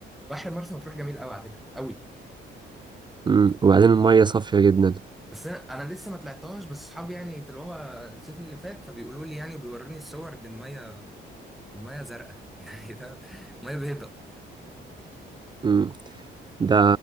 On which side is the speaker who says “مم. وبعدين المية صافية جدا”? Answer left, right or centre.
Right